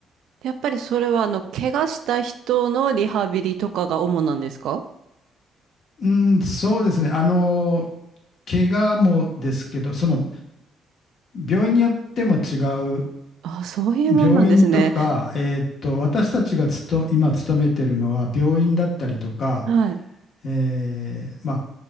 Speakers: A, on the right; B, on the left.
A: やっぱりそれは、あの、怪我した人のリハビリとかが主なんですか
B: うん、そうですね。あの、怪我もですけど、その病院によっても違う、
A: あ、そういうもんなんですね。
B: 病院とか、えーっと、私たちがつと今勤めてるのは病院だったりとか、
A: <laughs> はい。
B: えーまあ、